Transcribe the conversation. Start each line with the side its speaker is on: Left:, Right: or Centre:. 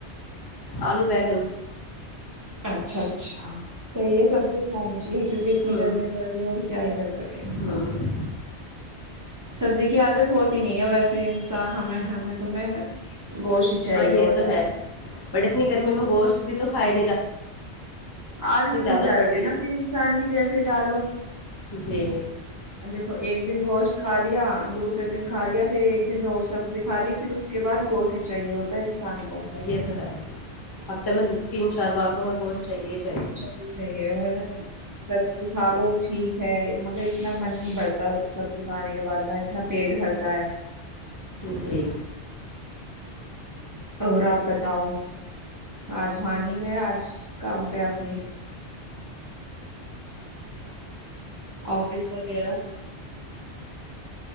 Left: آلو بیگل <unintelligible>
Right: اچھا اچھا <inaudible> صحیح ہے سبز کھانی چاہیے کیونکہ اتنی
Left: ہوں
Right: گرمی پڑ رہی ہے اور کیا ہی کر سکے انسان
Left: ہوں
Right: <unintelligible> سبزی کی عادت ہوتی نہیں ہے ویسے انسا ہمیں ہمیں تمہیں <unintelligible> چاہیے
Left: ہاں یہ
Right: ہوتا
Left: تو ہے بٹ اتنی گرمی میں گوشت <unintelligible> بھی تو کائے <inaudible>
Right: آدت بن
Left: زیادہ
Right: جاتی
Left: پڑ رہی
Right: ہے نا پھر انسان کی جیسے ڈالو
Left: جی
Right: دیکھو ایک دن گوشت کھا لیا دوسرے دن کھا لیا پھر ایک دن اور سبزی کھا لی پھر اس کے بعد گوشت ہی چاہیے ہوتا ہے انسان کو
Left: ہ یہ تو ہے ہفتے میں تین چار بار تو ہوں گا گوشت چاہیے ہی چاہیے
Right: اچا بھی چیے وہ سی سال ہو ٹھیک ہے مگر اتنا من نہیں بھرتا سبزی کھانے کے بعد نہ اتنا پیٹ بھرتا ہے
Left: جی
Right: اور آپ بتاؤ آج مان ہی گیا آج کام پہ اپنے آفس وغیرہ